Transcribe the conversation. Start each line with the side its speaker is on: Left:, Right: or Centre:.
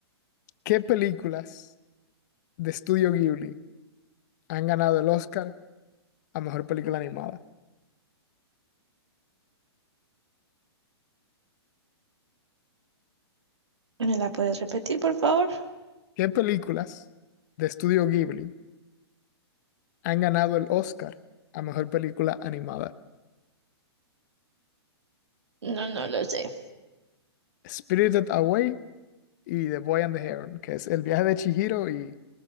Left: ¿qué películas de Estudio Ghibli han ganado el Oscar a Mejor Película Animada?
Right: ¿me la puedes repetir, por favor?
Left: ¿Qué películas de Estudio Ghibli han ganado el Oscar a Mejor Película Animada?
Right: No, no lo sé.
Left: Spirited Away y The Boy and the Heron, que es El viaje de Chihiro y